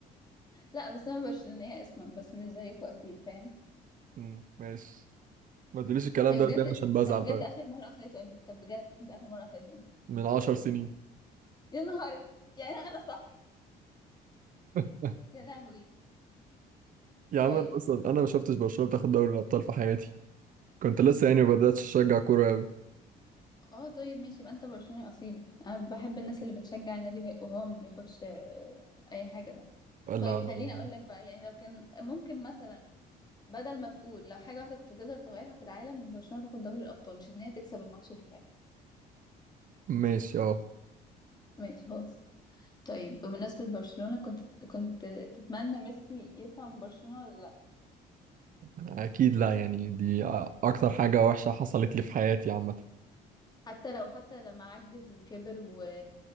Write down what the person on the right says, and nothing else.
مم. ماشي ما تقوليش الكلام
ده
قدام عشان بزعل
طيب
من عشر سنين
<laughs>
يا عم
انا اصلا انا ما شفتش برشلونه بتاخد دوري الابطال في حياتي كنت لسه يعني ما بداتش اشجع كوره قوي
لا لا
ماشي اه
اكيد لا يعني دي أ- اكتر حاجه وحشه حصلت لي في حياتي عامه